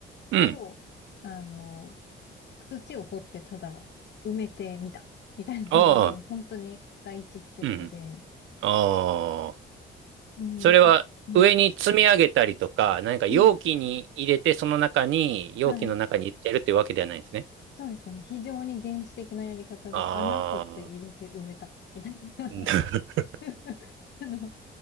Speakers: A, on the right; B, on the left.
A: うん。
B: を、あの、土を掘ってただ埋めてみた。みたいなのがもう本当に第一ステップで。
A: ああ、うん。ああ。
B: うんで、
A: それは上に積み上げたりとか、
B: あ、うん。
A: 何か容器に入れて、
B: うん。
A: その中に、容器の中に入れてるってわけではないんですね。
B: はい。そうですね。もう非常に原始的なやり方で穴掘って入れて埋めた。
A: ああ。
B: みたいな。
A: <laughs>
B: <laughs> あの、